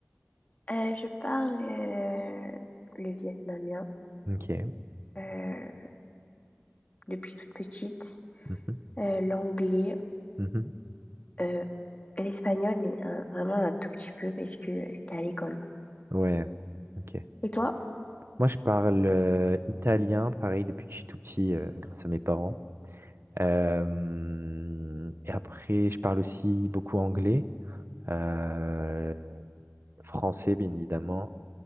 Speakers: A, on the left; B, on the right.
A: Euh, je parle euh, le vietnamien
B: Ok.
A: euh, depuis toute petite,
B: Mhm,
A: euh, l'anglais,
B: mhm.
A: euh, l'espagnol, mais un- vraiment un tout petit peu parce que euh, c'était à l'école. quoi.
B: Ouais. Ok.
A: Et toi?
B: Moi, je parle euh, italien, pareil, depuis que je suis tout petit, euh, grâce à mes parents. Euh, et après, je parle aussi beaucoup anglais, euh, français, bien évidemment.